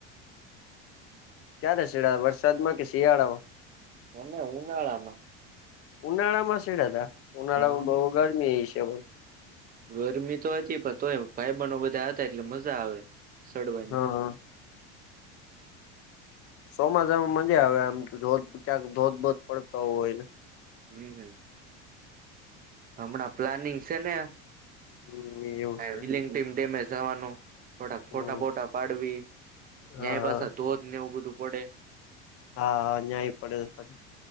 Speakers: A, on the left; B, on the right.
A: ક્યારે સડ્યા વરસાદમાં કે શિયાળામાં?
B: અમને ઉનાળામાં
A: ઉનાળામાં સડ્યા તા ઉનાળામાં
B: હા
A: બઉ ગરમીય હશે પણ
B: ગરમી તો હતી, પણ તોય ભાઈબંધો બધા હતા એટલે મજા આવે સડવાની.
A: હા સોમાસામાં મજા આવે આમ ધોધ ક્યાંક ધોધ-બોધ પડતો હોય.
B: હમ્મ હમ્મ. હમણાં પ્લાનિંગ છે ને
A: હમ એવું
B: આ
A: છે
B: વિલિંગ ટીમ ડેમે જાવાનું. થોડાક
A: હમ
B: ફોટા-બોટા પાડવી ત્યાંય
A: હા
B: પાસા ધોધને એવું બધું પડે.
A: હા, ન્યાય પડે છે પાછ